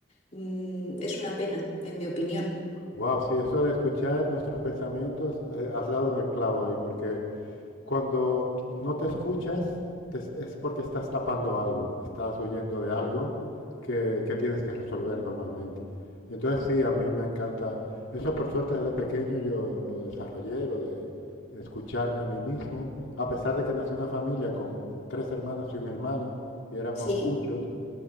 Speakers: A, on the left; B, on the left.
A: Mm, es una pena, en mi opinión.
B: Wow, sí, eso de escuchar nuestros pensamientos, eh, has dado en el clavo ahí, porque cuando no te escuchas, te es es porque estás tapando algo, estás huyendo de algo
A: Mm.
B: que, que tienes que resolver normalmente. Y entonces sí, a mí me encanta, eso por suerte desde pequeño yo lo desarrollé, lo de escucharme a mí mismo, a pesar de que nací en una familia con tres hermanas y un hermano, y éramos
A: Sí,
B: muchos,